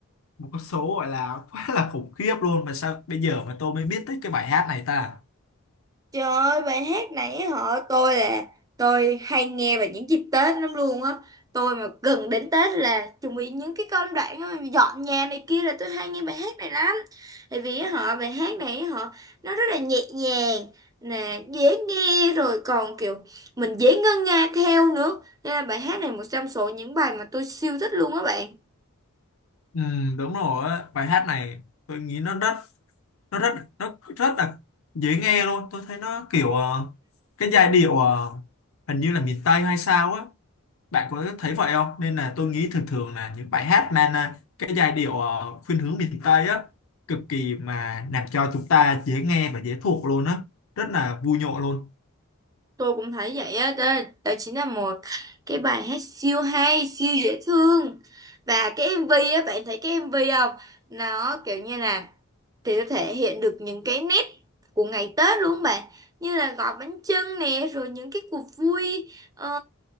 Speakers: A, on the left; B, on the right.
A: một con số gọi là <laughs> quá là khủng khiếp luôn mà sao bây giờ mà tôi mới biết tới cái bài hát này ta
B: Trời ơi, bài hát này á họ tôi là tôi hay nghe vào những dịp Tết lắm luôn á. Tôi mà gần đến Tết là chuẩn bị những cái công đoạn á, dọn nhà này kia là tôi hay nghe bài hát này lắm. Tại vì á họ bài hát này á họ nó rất là nhẹ nhàng nè, dễ nghe rồi còn kiểu mình dễ ngân nga theo nữa. Nên là bài hát này một trong số những bài mà tôi siêu thích luôn á bạn.
A: ừ, đúng rồi á, bài hát này tôi nghĩ nó rất nó rất nó rất là dễ nghe luôn tôi thấy nó kiểu ờ, cái giai điệu ờ, hình như là miền Tây hay sao á bạn có thấy vậy không nên là tôi nghĩ thường thường là những bài hát mang à, cái giai điệu ờ, khuynh hướng miền Tây á cực kỳ mà làm cho chúng ta dễ nghe và dễ thuộc luôn á rất là vui nhộn luôn
B: tôi cũng thấy vậy á đó, đó chính là một cái bài hát siêu hay siêu dễ thương và cái MV á bạn thấy cái MV không nó kiểu như là thì nó thể hiện được những cái nét của ngày Tết luôn bạn như là gói bánh chưng nè rồi những cái cuộc vui ờ,